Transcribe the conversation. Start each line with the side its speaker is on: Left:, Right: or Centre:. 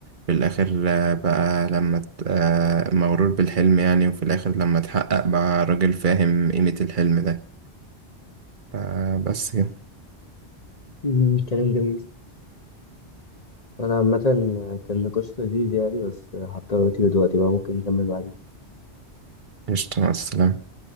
Right: في الآخر آه، بقى لما ت- آه، مغرور بالحلم يعني وفي الآخر لما اتحقق بقى راجل فاهم قيمة الحلم ده آه، بس كده
Left: مم، كلام جميل وأنا عامة كان نقاش لذيذ يعني بس هضطر أطير دلوقتي بقى ممكن نكمل بعدين
Right: قشطة مع السلامة